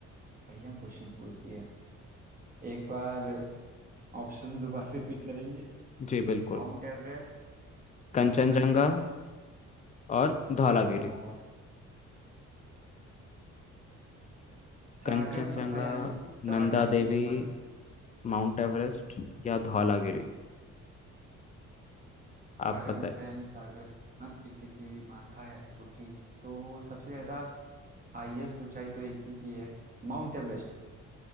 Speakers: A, on the right; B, on the left.
A: बढ़िया क्वेश्चन पूछ दिया एक बार ऑप्शन दोबारा रिपीट करेंगे
B: जी बिल्कुल
A: माउंट एवरेस्ट
B: कंचनजंगा
A: नंदा देवी
B: और धौलागिरी
A: और सागर
B: कंचनजंगा
A: मथा यानी कि सागर
B: नंदा
A: की
B: देवी
A: मत
B: माउंट एवरेस्ट या धौलागिरी
A: सागर
B: आप बताएं
A: मथा यानी सागर की मत किसी की माथा या चोटी तो सबसे ज्यादा हाईएस्ट ऊंचाई तो एक ही की है माउंट एवरेस्ट